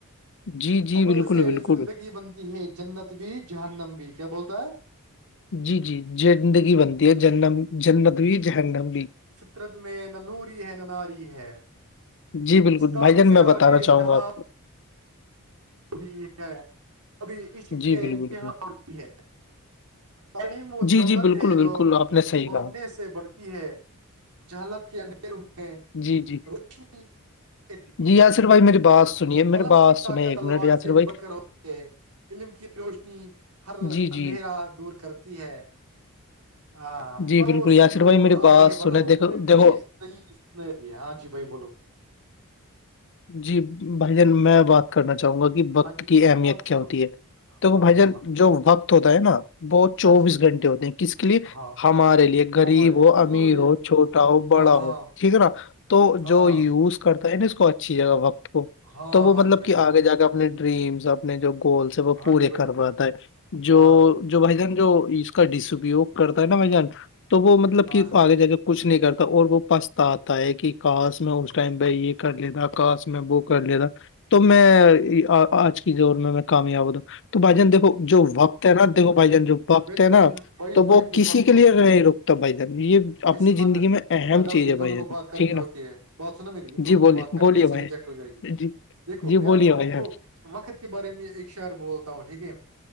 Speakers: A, on the left (about 55°); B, on the right (about 85°).
A: جی جی
B: عمل
A: بالکل
B: سے
A: بالکل
B: زندگی بنتی ہے جنت بھی جہنم بھی کیا بولتا ہے
A: جی جی ج زندگی بنتی ہے جنم جنت بھی جہنم بھی
B: ر میں ننوری ہے نناری ہے
A: جی بالکل
B: ستاروں
A: بھائی جان
B: سے
A: میں
B: آگے
A: بتانا چاہوں
B: جہاں
A: گا آپ کو
B: ابھی ہے ابھی عشق
A: جی
B: کے
A: بالکل
B: امتحان
A: بالکل
B: بھی ہے <unintelligible> تعلیم و
A: جی
B: دولت
A: جی بالکل
B: ہے
A: بالکل
B: جو
A: آپ نے صحیح
B: بھنے
A: کہا
B: سے بڑھتی ہے <unintelligible> جالت کے اندھیر میں
A: جی جی
B: ر <unintelligible> دیتی
A: جی
B: ہے
A: یاسر بھائی میری بات سنیے میری
B: قلم
A: بات
B: کی
A: سنیں
B: طاقت
A: ایک
B: <unintelligible> وار
A: منٹ یاسر
B: سے
A: بھائی
B: بکر ہوتی ہے علم کی روشنی ہر
A: جی
B: اندھیرا
A: جی
B: <unintelligible> دور کرتی ہے ہاں
A: جی
B: پڑھو
A: بالکل یاسر
B: سیکھو
A: بھائی
B: اور
A: میری بات
B: آگے
A: سنیں
B: بڑھو
A: دیکھو
B: علم
A: دیکھو
B: صی <unintelligible> ہے ہاں جی بھائی بولو <unintelligible>
A: جی بھائی جان میں بات کرنا چاہوں گا کہ وقت
B: ہاں جی
A: کی اہمیت
B: ہاں
A: کیا
B: تم بولو
A: ہوتی ہے دیکھ
B: ہاں
A: بھائی
B: ہاں
A: جان
B: بول
A: جو وقت ہوتا ہے نا بہت چوبیس
B: ہاں جی بھائی
A: گھنٹے ہوتے ہیں اس لیے
B: ہاں
A: ہمارے لیے غریب
B: ہمارے لیے
A: ہو امیر
B: ضروری
A: ہو
B: ہے
A: چھوٹا ہو بڑا
B: ہاں ہاں
A: ہو ٹھیک ہے نا تو
B: ہاں
A: جو
B: ہاں
A: یوز کرتا ہے نا اس کو اچھی جگہ وقت
B: ہاں
A: تو وہ
B: ہاں
A: مطلب
B: جی بھائی
A: کہ آگے جا کے اپنے ڈریمس اپنے جو گولس وہ
B: ہاں
A: پورے
B: جی بھائی
A: کرواتا ہے جو
B: ہاں
A: جو بھائی جان جو اس کا ڈسپیوگ کرتا ہے نا بھائی جان تو وہ مطلب
B: ہاں
A: کہ
B: س بھائی
A: آگے جا کے کچھ نہیں کرتا اور وہ پچتا آتا ہے کہ کاش میں اس ٹائم ب یہ کر لیتا <unintelligible> کااش میں وہ کر لیتا تو میں آج کی زور میں میں کامیاب ہوتا تو بھائی جان دیکھو جو وقت ہے نا دیکھو بھائی جان جو وقت
B: میں تمہیں
A: ہے نا
B: بھائی
A: تو وہ
B: بھائی میری
A: کسی
B: بات سنو
A: کے لیے نہیں رک تو بھائی جان یہ اپنی
B: ایسے
A: زندگی
B: مت کر
A: میں اہم
B: پاگل
A: چیز
B: یہ
A: ہے بھائی
B: دونوں
A: جان
B: کو بات کرنی
A: ٹھیک ہے
B: ہوتی
A: نا
B: بات سنو میری یہ دونوں
A: جی
B: کو
A: بولیے
B: بات کرنی
A: بولیے
B: ہے سے
A: بھائی
B: ریجیکٹ ہو جائے گی
A: جی
B: دیکھو
A: جی
B: میں آ
A: بولیے
B: کوب
A: بھائی
B: آپ
A: جان
B: کو وقت کے بارے میں ایک شہر ب <unintelligible> ہوں ٹھیک ہے